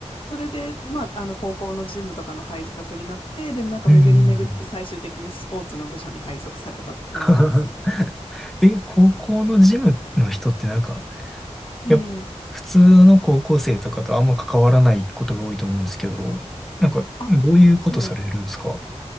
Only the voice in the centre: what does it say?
うんうんうん <laughs> え、高校のジムの人ってなんか、
やっぱ普通の高校生とかとあんま関わらないことが多いと思うんですけど、なんか、
どういうことされるんですか